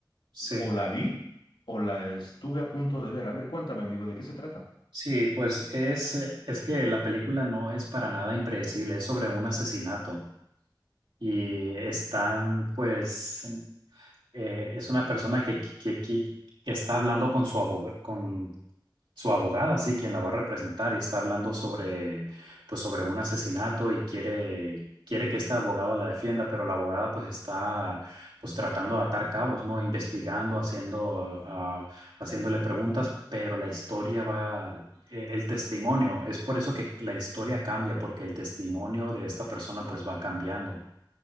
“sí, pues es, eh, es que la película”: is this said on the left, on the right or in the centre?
Right